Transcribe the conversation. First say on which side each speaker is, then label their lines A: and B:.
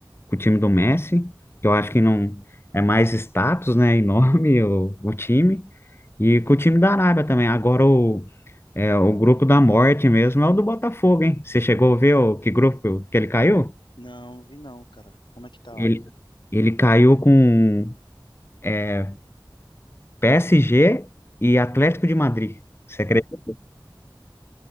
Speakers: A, on the left; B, on the left.
A: com o time do Messi, que eu acho que não é mais status, né? E nome <laughs> o, o time. E com o time da Arábia também. Agora o, é, o grupo da morte mesmo é o do Botafogo, hein? Você chegou a ver o, que grupo que ele caiu?
B: Não, vi não, cara. Como é que tá
A: Ele,
B: lá?
A: ele caiu com. é, PSG e Atlético de Madrid. Você acredita?